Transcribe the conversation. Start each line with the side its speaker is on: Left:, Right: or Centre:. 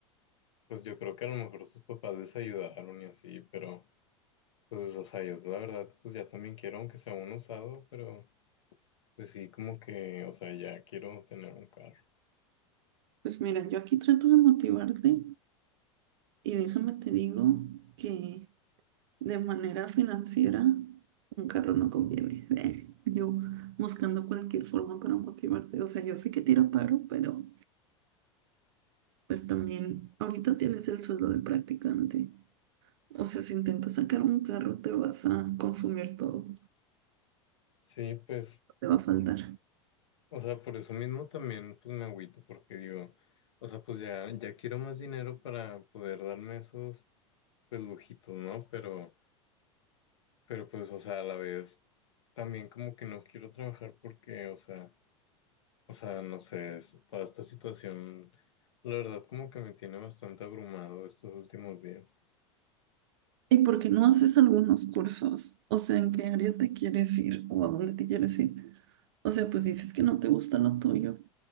Left: pues yo creo que a lo mejor sus papás les ayudaron y así, pero pues, o sea, yo la verdad pues ya también quiero, aunque sea uno usado, pero pues sí, como que, o sea, ya quiero tener un carro.
Right: Pues mira, yo aquí trato de motivarte y déjame te digo que de manera financiera un carro no conviene. Eh, yo buscando cualquier forma para motivarte. O sea, yo sé que tira paro, pero pues también ahorita tienes el sueldo de practicante. O sea, si intentas sacar un carro te vas a consumir todo.
Left: Sí, pues,
Right: Te va a faltar.
Left: o sea, por eso mismo también pues me agüito porque digo, o sea, pues ya, ya quiero más dinero para poder darme esos pues lujitos, ¿no? Pero, pero pues, o sea, a la vez también como que no quiero trabajar porque, o sea... O sea, no sé, es- toda esta situación, la verdad, como que me tiene bastante abrumado estos últimos días.
Right: ¿Y por qué no haces algunos cursos? O sea, ¿en qué área te quieres ir o a dónde te quieres ir? O sea, pues dices que no te gusta lo tuyo,